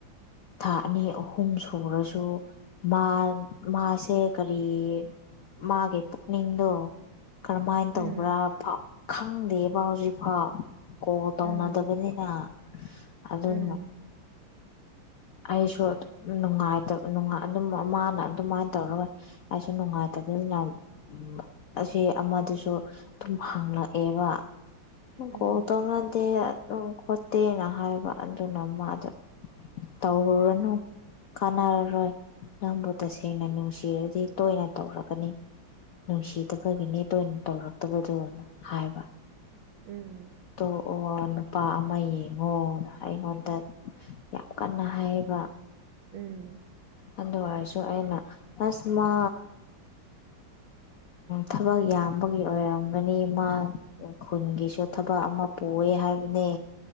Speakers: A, on the left; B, on the right.
A: ꯊꯥ ꯑꯅꯤ ꯑꯍꯨꯝ ꯁꯨꯔꯁꯨ ꯃꯥ ꯃꯥꯁꯦ ꯀꯔꯤ ꯃꯥꯒꯤ ꯄꯨꯛꯅꯤꯡꯗꯣ ꯀꯔꯝ ꯍꯥꯏꯅ
B: ꯎꯝ
A: ꯇꯧꯕ꯭ꯔꯥꯥꯎ ꯈꯪꯗꯦꯕ ꯍꯧꯖꯤꯛꯐꯥꯎ ꯀꯣꯟ ꯇꯧꯅꯗꯕꯅꯤꯅ
B: ꯎꯝ
A: ꯑꯗꯨꯅ
B: ꯎꯝ
A: ꯑꯩꯁꯨ ꯑꯗꯨꯝ ꯅꯨꯡꯉꯥꯏꯇꯕ ꯑꯗꯨꯝ ꯃꯥꯅ ꯑꯗꯨꯃꯥꯏꯅ ꯇꯧꯔꯒ ꯑꯁ ꯃꯉ ꯑ <inaudible> ꯑꯁꯤ ꯑꯃꯗꯨꯁꯨ ꯑꯗꯨꯝ ꯍꯪꯂꯛꯑꯦꯕ
B: ꯎꯝ
A: ꯀꯣꯟ ꯇꯧꯔꯛꯑꯗꯤ ꯑꯗꯨꯝ ꯈꯣꯠꯇꯦꯅ ꯍꯥꯏꯕ ꯑꯗꯨꯅ ꯃꯥꯗꯣ ꯇꯧꯂꯨꯔꯅꯨ ꯀꯥꯟꯅꯔꯔꯣꯏ ꯅꯪꯕꯨ ꯇꯁꯦꯡꯅ ꯅꯨꯡꯁꯤꯔꯗꯤ ꯇꯣꯏꯅ ꯇꯧꯔꯒꯅꯤ ꯅꯨꯡꯁꯤꯗꯕꯒꯤꯅꯦ ꯇꯣꯏꯅ ꯇꯧꯔꯛꯇꯕꯗꯣꯅ ꯍꯥꯏꯕ
B: ꯎꯝ
A: ꯇꯣꯛꯑꯣ ꯅꯨꯄꯥ ꯑꯃ ꯌꯦꯡꯉꯣ ꯑꯩꯉꯣꯟꯗ ꯌꯥꯝ ꯀꯟꯅ ꯍꯥꯏꯌꯦꯕ
B: ꯎꯝ
A: ꯑꯗꯨ ꯑꯣꯏꯔꯁꯨ ꯑꯩꯅ ꯑꯁ ꯃꯥ
B: <inaudible>
A: ꯊꯕꯛ ꯌꯥꯝꯕꯒꯤ ꯑꯣꯏꯔꯝꯒꯅꯤ ꯃꯥ ꯈꯨꯟꯒꯤꯁꯨ ꯊꯕꯛ ꯑꯃ ꯄꯨꯑꯦ ꯍꯥꯏꯕꯅꯦ